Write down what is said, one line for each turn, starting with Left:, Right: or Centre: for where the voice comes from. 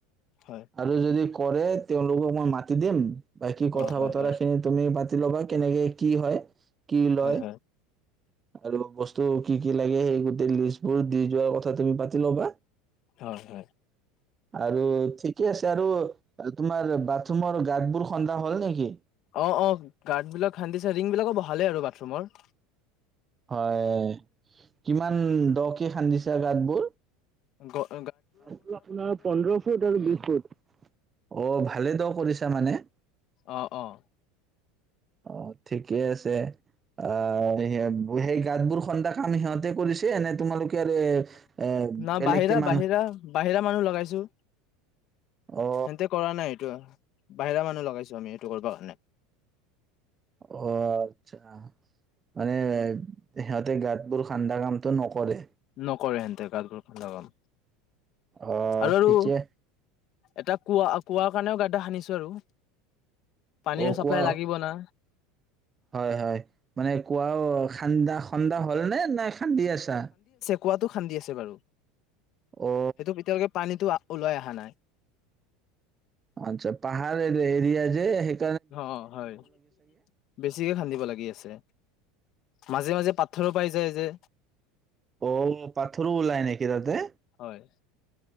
Left: হয়
Right: আৰু যদি কৰে? তেওঁলোকক মই মাতি দিম। বাকী কথা
Left: অ', হয়
Right: বতৰা
Left: হয়
Right: খিনি তুমি পাতি ল'বা কেনেকে কি হয়। কি লয়?
Left: হয় হয়
Right: আৰু বস্তু কি- কি লাগে, সেই গোটেই লিষ্টবোৰ দি যোৱাৰ কথা তুমি পাতি ল'বা।
Left: হয় হয়
Right: আৰু? ঠিকে আছে আৰু তোমাৰ বাথৰুমৰ গাতবোৰ খন্দা হ'ল নেকি?
Left: অহ', - অহ', গাতবিলাক খান্দিছে। ৰিং বিলাকো বহালেই আৰু বাথৰুমৰ।
Right: হয়। কিমান দক খান্দিছে গাতবোৰ?
Left: গ <unintelligible>
Right: হেইটো অপোনাৰ পন্ধৰ ফুট আৰু বিশ ফুট। অহ', ভালে ত কৰি ত মানে?
Left: অহ', - অহ',
Right: অহ', ঠিকে আছে। আহ', স সেই গাতবোৰ খন্দা কাম সিহঁতে কৰিছে। নে তোমালোকেৰ এ
Left: ন',
Right: এ বেলেগকে
Left: বাহিৰা-বাহিৰা-বাহিৰা
Right: মানুহ
Left: মানুহ লগাইছো।
Right: অ
Left: সেহেনতে কৰা নাই এইটো। বাহিৰা মানুহ লগাইছো আমি সেইটো কৰিব কাৰণে।
Right: অহ', আচ্ছা। মানে সিহঁতে গাতবোৰ খান্দা কামতটো নকৰে।
Left: নকৰে হেনতে গাতবোৰ খন্দা কাম
Right: অ
Left: আৰু - আৰু
Right: ঠিকে
Left: এটা কোৱা-কোৱা কাৰণেও গা্ডা সানিছো আৰু। পানীৰ
Right: অ,
Left: চাপ্লাই
Right: কোৱা
Left: লাগিব না
Right: হয়, হয় মানে কোৱা ঠান্দা খ্ন্দা হ'ল নে নাই। কান্দি আছা।
Left: কুৱাটো খান্দি আছে বাৰু
Right: অ
Left: সেইটো এতিয়ালৈকে পানীতো ওলাই অহা নাই
Right: আচ্ছা পাহাৰ এৰিয়া যে সেই
Left: অ হয় বেছিকে খান্দিব লাগি আছে মাজে মাজে পাথৰো পাই যায় যে
Right: অ পাথৰো ওলাই নেকি তাতে
Left: হয়